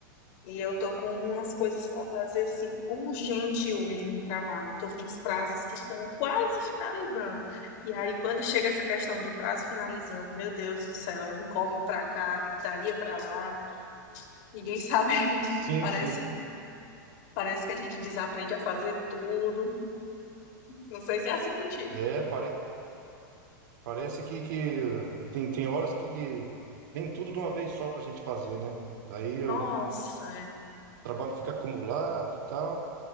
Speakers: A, on the left (about 55°); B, on the right (about 70°).
A: e eu tô com umas coisas para fazer assim, urgente hoje no trabalho. Tô com os prazos que estão quase finalizando. E aí, quando chega essa questão de prazo finalizando, meu Deus do céu, é um corre para cá, gritaria para lá, ninguém sabe. <laughs>
B: Sim,
A: Parece,
B: sim.
A: parece que a gente desaprende a fazer tudo. Não sei se é assim contigo.
B: É, pare- parece que, que tem, tem horas que, que vem tudo de uma vez só pra gente fazer, né? Aí
A: Nossa,
B: o trabalho fica acumulado e tal.